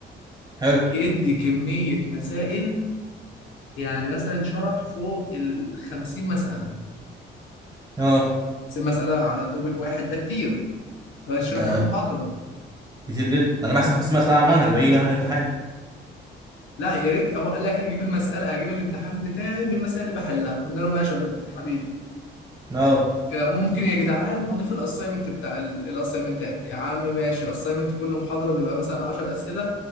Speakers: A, on the right; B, on the left.
A: حلو
B: يدي كميه مسائل يعني مثلا شرح فوق ال 50 مساله
A: اه
B: بس المساله على توبيك واحد ده كتير لو يشرح
A: ده
B: في المحاضره
A: كتير جدا انا بحسب 50 مساله على المنهج وهيجي منهج الامتحان
B: لا يا ريت هو قال لك هجيب المساله هجيب الامتحان بتاعي من المسائل اللي بحلها قلنا له ماشي يا دكتور حبيبي
A: اه
B: ك- ممكن يا جدعان هضيف الاساينمنت بتاع الاساينمنتات يا عم ماشي اساينمنت كل محاضره بيبقى مثلا 10 اسئله